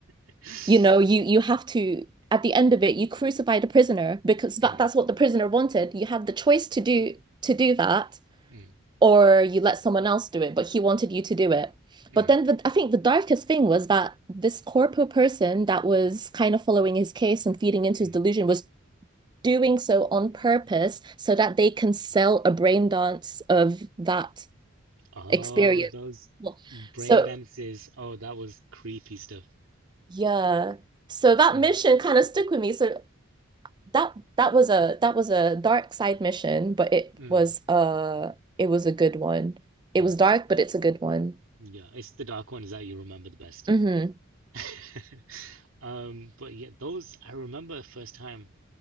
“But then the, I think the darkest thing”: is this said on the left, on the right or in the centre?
Right